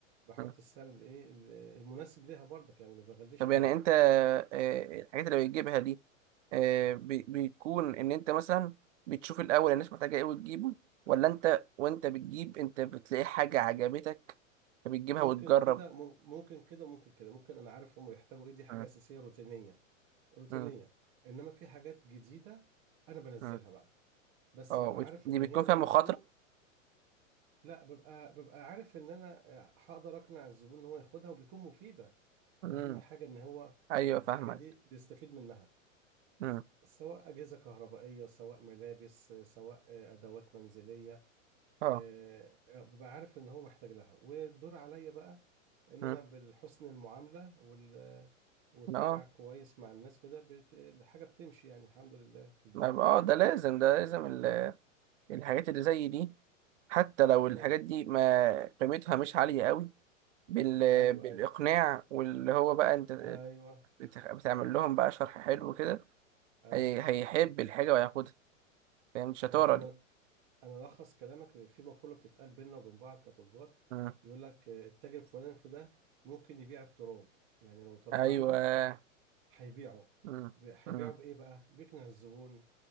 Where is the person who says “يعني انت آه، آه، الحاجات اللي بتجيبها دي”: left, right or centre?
Right